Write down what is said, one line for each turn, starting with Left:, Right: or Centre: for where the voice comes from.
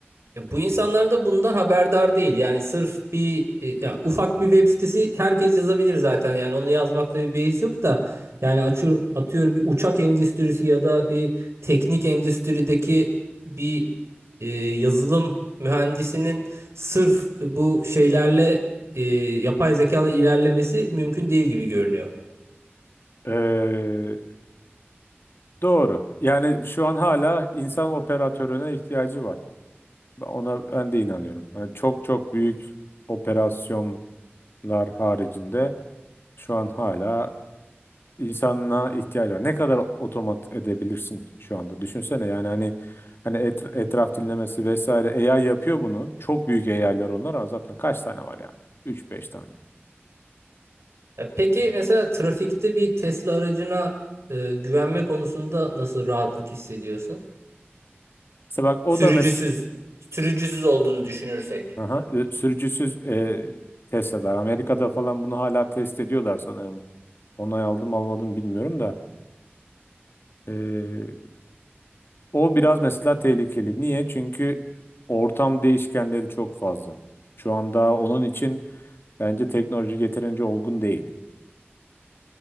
Right: ya bu insanlar da bundan haberdar değil. Yani sırf bir e, ya ufak bir web sitesi herkes yazabilir zaten. Yani onu yazmakta bir beis yok da yani açıyorum atıyorum bir uçak endüstrisi ya da bir teknik endüstrideki bir e, yazılım mühendisinin sırf bu şeylerle e, yapay zeka ile ilerlemesi mümkün değil gibi görünüyor.
Left: Ee, doğru. Yani şu an hala insan operatörüne ihtiyacı var. Ben- Ona ben de inanıyorum. Yani çok çok büyük operasyonlar haricinde şu an hala insana ihtiyaç var. Ne kadar otomat edebilirsin şu anda? Düşünsene yani hani hani et- etraf dinlemesi vesaire AI yapıyor bunu. Çok büyük AI'lar onlar ama zaten kaç tane var yani? Üç beş tane.
Right: Ya peki mesela trafikte bir Tesla aracına e, güvenme konusunda nasıl rahatlık hissediyorsun?
Left: İşte bak o
Right: Sürücüsüz,
Left: da mes
Right: sürücüsüz olduğunu düşünürsek.
Left: Aha, e, sürücüsüz e, test eder. Amerika'da falan bunu hala test ediyorlar sanırım. Onay aldım almadım bilmiyorum da. E, o biraz mesela tehlikeli. Niye? Çünkü ortam değişkenleri çok fazla. Şu anda onun için bence teknoloji yeterince olgun değil.